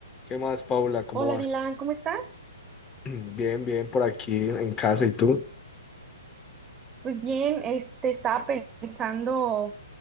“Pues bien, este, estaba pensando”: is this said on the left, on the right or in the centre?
Right